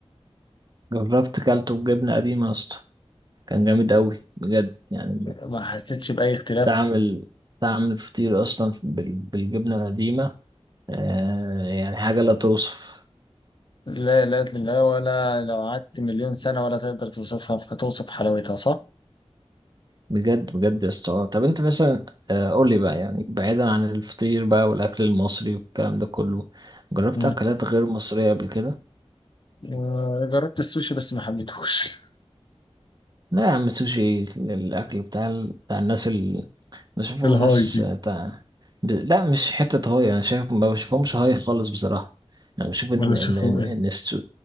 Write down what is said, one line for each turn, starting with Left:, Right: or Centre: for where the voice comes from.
Right: جربت كلته بجبنه قديمه يا اسطى كان جامد أوي بجد يعني
Left: ما حسيتش باي اختلاف
Right: تعمل تعمل فطير أصلا بال- بالجبنة القديمة آه يعني حاجة لا توصف
Left: لا لا لا ولا لو قعدت مليون سنه ولا تقدر توصفها فتوصف حلاوتها صح؟
Right: بجد بجد يا اسطى طب أنت مثلا آه قول لي بقى يعني بعيدا عن الفطير بقى والأكل المصري والكلام ده كله جربت
Left: مم.
Right: أكلات غير مصرية قبل كده؟
Left: آه، جربت السوشي بس ما حبيتهوش <laughs>
Right: لا يا عم سوشي الأكل بتاع ال- بتاع الناس بشوفهم
Left: الهاي
Right: ناس
Left: دي
Right: تع... ب... لا مش حتة هاي أنا شايف ما بشوفهمش هاي خالص بصراحة أنا بشوف إن
Left: ولا شافوه
Right: إن إن إن
Left: ايه
Right: السو...